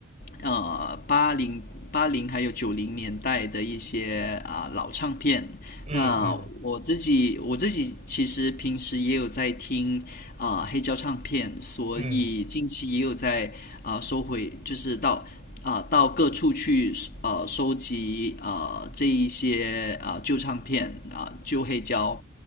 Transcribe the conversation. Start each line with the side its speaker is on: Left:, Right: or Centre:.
Left: 呃八零八零还有九零年代的一些啊、老唱片。
Right: 嗯嗯
Left: 那我自己我自己其实平时也有在听啊、黑胶唱片，所以近期也有在啊、
Right: 嗯
Left: 收回，就是到啊、到各处去呃收集啊、这一些啊、旧唱片啊、旧黑胶。